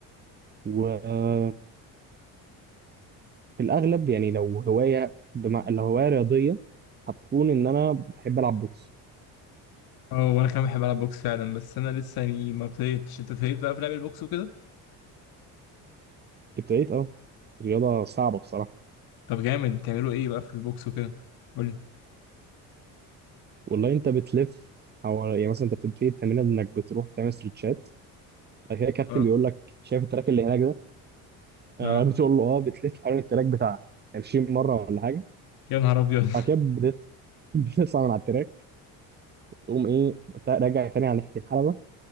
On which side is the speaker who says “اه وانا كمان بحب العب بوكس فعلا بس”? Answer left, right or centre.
Left